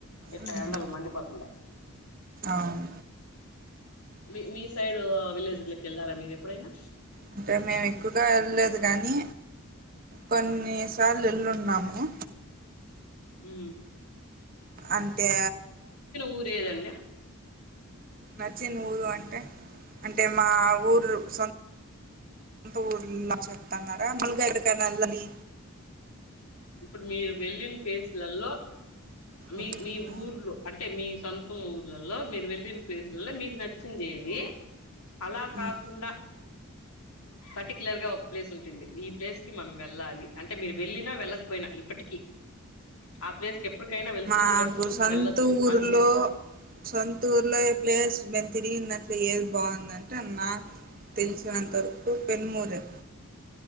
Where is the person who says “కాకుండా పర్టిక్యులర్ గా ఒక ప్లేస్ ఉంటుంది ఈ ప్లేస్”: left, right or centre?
Left